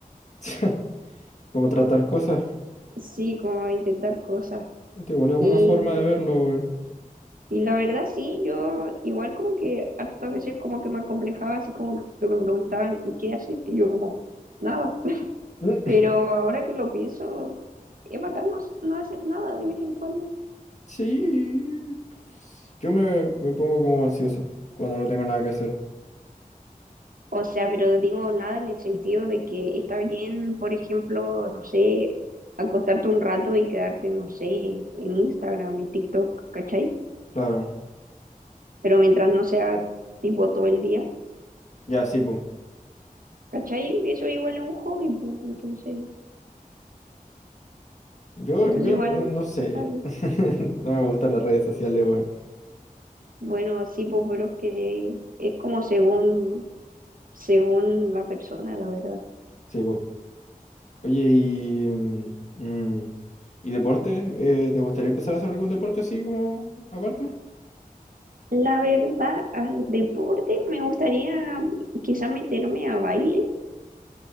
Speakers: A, on the left (about 50°); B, on the right (about 70°).
A: <laughs> Como tratar cosas.
B: <laughs> sí, como intentar cosas.
A: Puta, Igual es
B: Y,
A: una forma de verlo, weón.
B: y la verdad sí, yo igual como que hartas veces como que me acomplejaba así como que me preguntaban, ¿y qué haces? Y yo como, nada
A: Mm.
B: Pero ahora que lo pienso, es bacán no, hac- no hacer nada de vez en cuando.
A: Sí. pues, Yo me, me pongo como ansioso cuando no tengo nada que hacer.
B: O sea, pero digo nada en el sentido de que está bien, por ejemplo, no sé, acostarte un rato y quedarte, no sé, en Instagram, en TikTok, ¿cachai?
A: Claro.
B: Pero mientras no sea tipo todo el día,
A: Ya, sí, pues.
B: ¿cachai? Eso igual es un hobby, pues, entonces,
A: Yo,
B: entonces
A: yo
B: igual
A: no, no sé.
B: está bien.
A: <laughs> No me gustan las redes sociales, weón.
B: Bueno, sí, pues, pero es que es como según, según la persona, la verdad.
A: Sí, pues. Oye, y, mm, mm, ¿y deporte? Eh, ¿te gustaría empezar a hacer algún deporte así como aparte?
B: La verdad, al deporte me gustaría quizá meterme a baile,